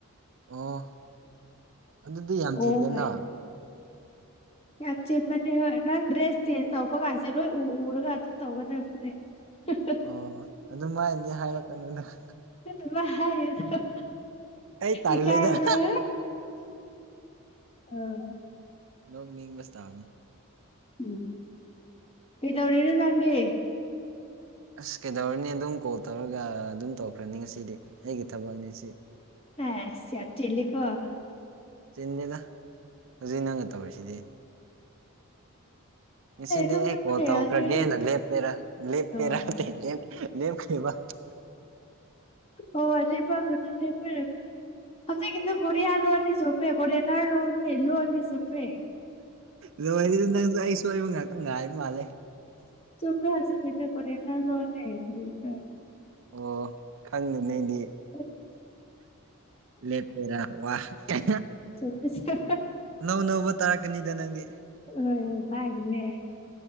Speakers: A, on the right; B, on the left.
A: ꯑꯣ ꯑꯗꯨꯗꯤ ꯌꯥꯝ
B: ꯑꯣ
A: ꯆꯤꯜꯂꯦꯅ
B: ꯀꯥꯏꯅ ꯌꯥꯝ ꯆꯤꯟꯕꯅꯤ ꯍꯣꯏ ꯅꯪ ꯗ꯭ꯔꯦꯁ ꯆꯦꯟꯖ ꯇꯧꯕ ꯀꯥꯟꯁꯦ ꯂꯣꯏ ꯎ ꯎꯔꯒ ꯑꯗꯨꯝ ꯇꯧꯒꯗꯕꯅꯦ ꯫ <unintelligible>
A: ꯑꯣ ꯑꯗꯨꯃꯥꯏꯅꯗꯤ ꯍꯥꯏꯔꯛꯀꯅꯨꯗ ꯫
B: ꯑꯗꯨꯃꯥꯏ, <unintelligible>
A: ꯑꯩ ꯇꯜꯂꯦꯗ
B: ꯏꯀꯥꯏꯕꯔꯣ ꯑꯥ
A: ꯅꯣꯡ ꯅꯤꯡꯕꯁꯇꯥꯥꯕꯅꯤ
B: ꯎꯝ ꯀꯗꯧꯔꯣꯅꯤ ꯅꯪꯗꯤ
A: ꯑꯁ ꯀꯩꯗꯧꯔꯨꯅꯤ ꯑꯗꯨꯝ ꯀꯣꯜ ꯇꯧꯔꯒ ꯑꯗꯨꯝ ꯇꯧꯔꯈ꯭ꯔꯅꯤ ꯉꯁꯤꯗꯤ ꯑꯩꯒꯤ ꯊꯕꯛꯅꯤ ꯁꯤ
B: ꯁꯦꯖ ꯌꯥꯝ ꯆꯤꯜꯂꯤꯀꯣ ꯫
A: ꯆꯤꯟꯗꯦꯗ ꯍꯧꯖꯤꯛ ꯅꯪꯅ ꯇꯧꯔꯤꯁꯤꯗꯤ ꯉꯁꯤꯗꯤ
B: ꯇꯨꯝꯅꯤꯡꯕꯅ
A: ꯑꯩ ꯀꯣꯜ ꯇꯧꯈ꯭ꯔꯒꯦꯅ
B: ꯌꯥꯗ꯭ꯔꯦ
A: ꯂꯦꯞꯄꯦꯔꯥ ꯂꯦꯞ
B: ꯑꯣ
A: ꯄꯦꯔꯦ ꯂꯦꯞ ꯂꯦꯞꯈꯩꯕ
B: ꯑꯣ ꯂꯩꯕ ꯃꯅꯤ ꯂꯩꯔ ꯍꯧꯁ ꯀꯗ ꯀꯔꯤꯌꯥ ꯂꯨꯅꯤ ꯆꯃꯦꯦ ꯀꯔꯤꯦꯉꯥ ꯔꯃꯦꯃꯦ ꯂꯨꯅꯤ ꯆꯃꯦ
A: ꯂꯣꯏꯔꯗꯤ ꯅꯪꯁꯨ ꯑꯩꯁꯨꯣꯏꯕ ꯉꯥꯛꯇ ꯉꯥꯏꯕ ꯃꯥꯜꯂꯦ
B: ꯆꯣꯃꯦ ꯍꯥꯖꯤ ꯀꯗꯦ ꯄꯅ ꯂꯅꯦꯔꯤꯗ
A: ꯑꯣ ꯈꯪꯗꯅꯤꯗꯤ
B: ꯑꯁ
A: ꯂꯦꯄꯦꯔꯥ ꯋꯥ ꯀ
B: ꯁ
A: ꯅꯧ ꯅꯧꯕ ꯇꯥꯔꯛꯀꯅꯤꯗ ꯅꯪꯗꯤ
B: ꯍꯣꯏ ꯍꯣꯏ ꯇꯥꯒꯅꯦ